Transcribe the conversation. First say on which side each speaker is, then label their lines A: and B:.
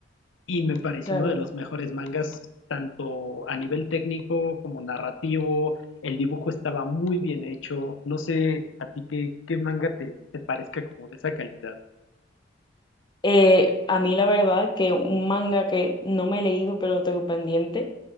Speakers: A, on the left; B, on the left.
A: y me parece
B: claro.
A: uno de los mejores mangas, tanto a nivel técnico como narrativo. El dibujo estaba muy bien hecho. No sé a ti qué, qué manga te, te parezca como de esa calidad.
B: Eh, a mí la verdad que un manga que no me he leído, pero lo tengo pendiente,